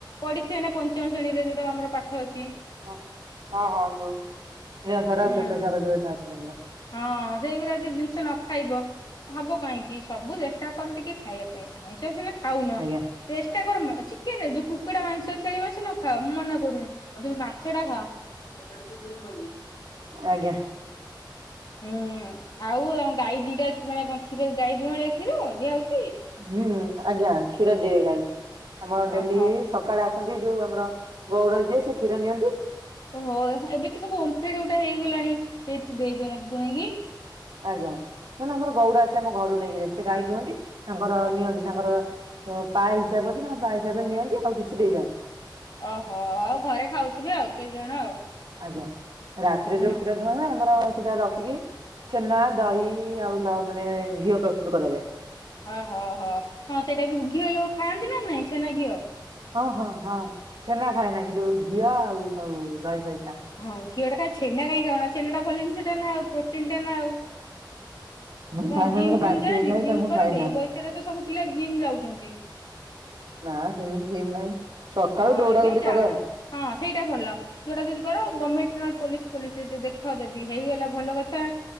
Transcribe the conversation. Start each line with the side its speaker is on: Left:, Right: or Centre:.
Left: ପଡି ସେ ଏଇନା ପଞ୍ଚମ ଶ୍ରେଣୀରେ ଯୋଉଟା ଆମର ପାଠ ଅଛି।
Right: ଅ ହଁ ହଁ ଯଉ ସ୍ନେହସାର
Left: ହୁଁ।
Right: ସ୍ୱେତସାର ଯଉ ଏଇଟା ଅଛି ଆମର।
Left: ହଁ ସେଇଗୁଡା ଯଦି ଜିନିଷ ନଖାଇବ ହବ କାହିଁକି ସବୁ ଚେଷ୍ଟା କର ଟିକେ ଖାଇବା ପାଇଁ ଆଇଁଷ ସିନା ଖାଉନ
Right: ଆଜ୍ଞା
Left: ଚେଷ୍ଟାକର ଚିକେନ ଯଉ କୁକ୍ କୁକୁଟା ମାଂସ ଛେଳି ମାଂସ ନଖାଅ ମୁଁ ମନା କରୁନି କିନ୍ତୁ ମାଛଟା ଖାଅ।
Right: ଆଜ୍ଞା।
Left: ହୁଁ ଆଉ ଗାଈ ଦିଟା ଅଛି ମାନେ କଣ କ୍ଷୀର ଗାଈ ଦୁଁଆଳିଆ କ୍ଷୀର ଦିଆ ହଉଚି?
Right: ହୁଁ ଆଜ୍ଞା କ୍ଷୀର ଦିଏ ଗାଈ ଆମର ଡେଲି
Left: ଓହୋ।
Right: ସକାଳେ ଆସ ସନ୍ତି ଯୋଉ ଆମର ଗଉଡ଼ ଯିଏ ସେ କ୍ଷୀର ନିଅନ୍ତି।
Left: ଓହୋ ଏବେତ ସବୁ ଅମ୍ଫେଡ ଗୋଟେ ହେଇଗଲାଣି ସେଇଥି କାଇଁ ଦେଇଦଉନାହାନ୍ତି ଦୁହିଁକିି।
Right: ଆଜ୍ଞା ନାନା ଆମର ଗଉଡ ଆସି ଆମ ଘରୁ ନେଇକି ଯାଏ ସେ ଗାଈ ଦୁଁଅନ୍ତି ତାଙ୍କର
Left: ଓହୋ।
Right: ନିଅନ୍ତି ତାଙ୍କର ତ ପା ହିସାବ ଅଛି ତାଙ୍କ ପା ହିସାବରେ ନିଅନ୍ତି ଆଉ କିଛି ଦେଇଯାନ୍ତି
Left: ଓହୋ ଆଉ ଘରେ ଖାଉଥିବେ ଆଉ କେଜଣ ଆଉ।
Right: ଆଜ୍ଞା ରାତିରେ
Left: ହୁଁ
Right: ଯୋଉ କ୍ଷୀର ଦୁଁଆହୁଏ ଆମର ସେଇଟା ରଖିକି ଛେନା ଦହି ଆଉ ଲ ମାନେ ଘିଅ ପ୍ରସ୍ତୁତ କରାଯାଏ।
Left: ଓହୋ ହୋ ହଁ ସେଇଟାବି ଘିଅ ଲୋହୁ ଖାଆନ୍ତିନା ନାଇଁ ଛେନା ଘିଅ?
Right: ହଁ ହଁ ହଁ ଛେନା ଖାଏନା କିନ୍ତୁ ଘିଅ ଆଉ ସବୁ ଦହି ଫହି ଖାଏ।
Left: ହଁ ଘିଅଟା ଛେନା କାଇହିଁ ଖାଉନା ଛେନାଟା ଭଲ ଜିନିଷଟାନା ଆଉ ପ୍ରୋଟିନଟାନା ଆଉ।
Right: ମୁଁ
Left: ତ କଣ
Right: ଖାଏନା
Left: ଜିମ୍
Right: ମୋର
Left: ଫିମ୍
Right: ବାନ୍ତି
Left: ଯାଆନ୍ତି
Right: ହେଇଥାଏ
Left: ଜିମ୍
Right: ତ ମୁଁ
Left: କରନ୍ତି
Right: ଖାଏନା
Left: ଏଇ ବୟସରେତ ସବୁ ପିଲା ଜିମ୍ ଯାଉଚନ୍ତି।
Right: ନା ସେମିତି ସେମିତି ନାହିଁ। ସକାଳୁ
Left: ହଁ
Right: ଦୌଡା
Left: ଏବେ
Right: ଦୌଡି
Left: ଯାଅନା
Right: କରେ ଆଉ
Left: ହଁ ସେଇଟା ଭଲ। ଯୋଉଟା ଯଦି କର ଗମେଣ୍ଟ ନହେଲେ ପୋଲିସ ଫୋଲିସରେ ଯଦି ଦେଖ ଯଦି ହେଇଗଲା ଭଲ କଥା।